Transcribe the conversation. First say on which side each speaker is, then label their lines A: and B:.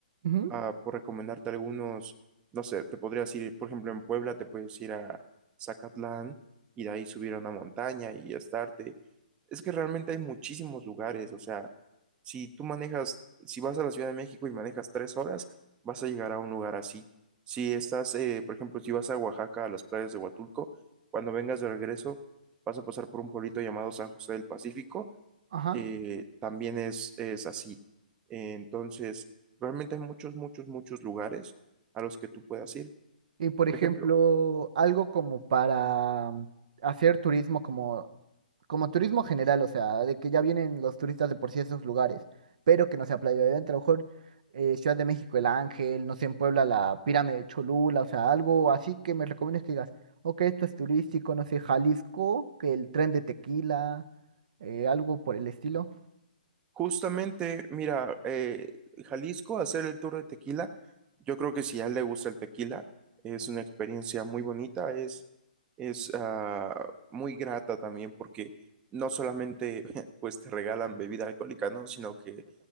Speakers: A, on the right; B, on the right.
A: Ujú,
B: ah, por recomendarte algunos, no sé, te podrías ir, por ejemplo, en Puebla, te puedes ir a Zacatlán y de ahí subir a una montaña y estarte. Es que realmente hay muchísimos lugares, o sea, si tú manejas, si vas a la Ciudad de México y manejas tres horas, vas a llegar a un lugar así. Si estás, eh, por ejemplo, si vas a Oaxaca, a las playas de Huatulco, cuando vengas de regreso, vas a pasar por un pueblito llamado San José del Pacífico
A: ajá.
B: eh, también es, es así. Entonces, realmente hay muchos, muchos, muchos lugares a los que tú puedas ir.
A: Y por
B: Por
A: ejemplo,
B: ejemplo,
A: algo como para mm, hacer turismo como como turismo general, o sea, de que ya vienen los turistas de por sí a esos lugares, pero que no sea Playa de Dentro, a lo mejor eh, Ciudad de México, El Ángel, no sé, en Puebla, la Pirámide de Cholula, o sea, algo así que me recomiendes que digas, ok, esto es turístico, no sé, Jalisco, que el tren de Tequila, eh, algo por el estilo.
B: justamente, mira, eh, Jalisco, hacer el tour de tequila, yo creo que si a él le gusta el tequila, es una experiencia muy bonita, es, es ah, muy grata también porque no solamente <laughs> pues te regalan bebida alcohólica, ¿no? Sino que